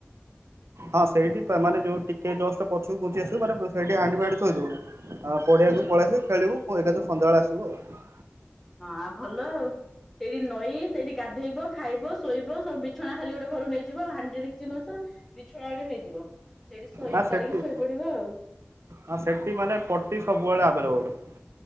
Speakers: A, on the right (about 80°); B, in the centre.
A: ହଁ ସେଇଠି ମାନେ ଯୋଉ ଟିକେ ଜଷ୍ଟ ପଛକୁ ଘୁଞ୍ଚି ଯୋଉ ମାନେ ସେଠି ହାଣ୍ଡି ଫାଣ୍ଡି ଥୋଇଦେବୁ ଆଉ ପଡିଆକୁ
B: ହୁଁ।
A: ପଳେଇ ଆସି ଖେଳିବୁ। ଫୁଣି ଏକାଥରେ ସନ୍ଧ୍ୟାବେଳେ ଆସିବୁ ଆଉ।
B: ହଁ ଆଉ ଭଲ ଆଉ। ସେଇଠି ନଈ ସେଇଠି ଗାଧେଇବ ଖାଇବ ଶୋଇବ ସବୁ ବିଛଣା ଖାଲି ଗୋଟେ ଘରୁ ନେଇଯିବ ହାଣ୍ଡି ଡେ଼କଚି ନଉଛ। ବିଛଣା ଗୋଟେ ନେଇଯିବ। ସେଇଠି ଶୋଇ
A: ନା
B: ପାରିକି
A: ସେଠି
B: ଶୋଇପଡିବ ଆଉ
A: ହଁ ସେଠି ମାନେ ପଟି ସବୁବେଳେ ଆଭେଲେବୁଲ।